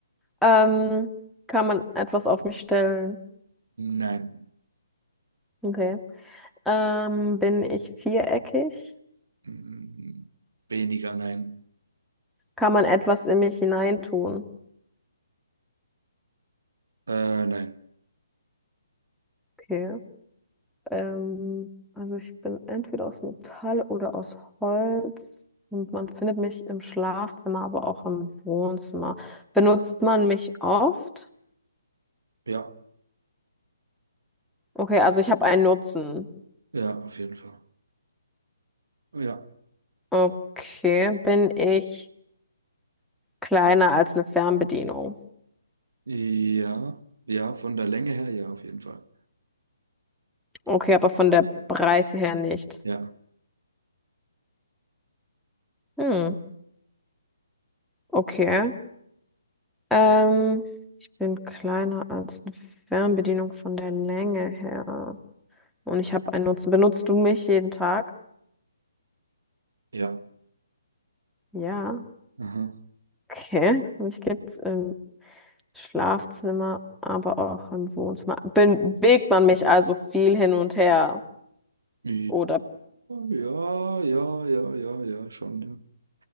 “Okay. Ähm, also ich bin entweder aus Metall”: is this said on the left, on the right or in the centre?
Centre